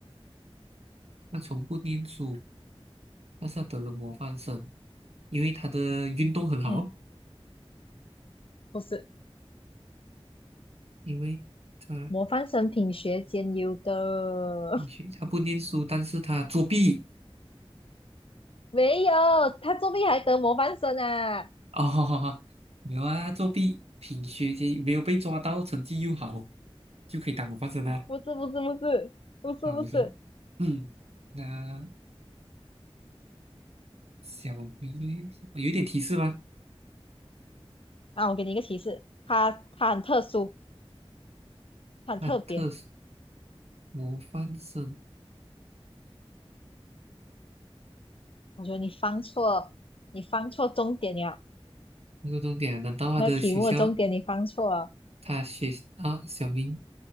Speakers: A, on the right (about 85°); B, on the left (about 65°).
A: 那从不念书，但是他得了模范生，因为他的运动很好，
B: 嗯，不是，
A: 因为他
B: 模范生品学兼优的，
A: 并且他不念书，
B: <laughs>
A: 但是他作弊，
B: 没有，他作弊还得模范生啊？
A: <laughs> 哦，没有啊，作弊品学兼优没有被抓到，成绩又好，就可以当模范生啊。
B: 不是不是不是不是不是，
A: 啊，不是，嗯，那小明有一点提示吗？
B: 啊，我给你一个提示，他他很特殊，他很特别，
A: 那特殊模范生
B: 我觉得你放错，你放错重点了，
A: 这个重点啊难道他的学校，
B: 那题目的重点你放错了。
A: 他学啊，小明，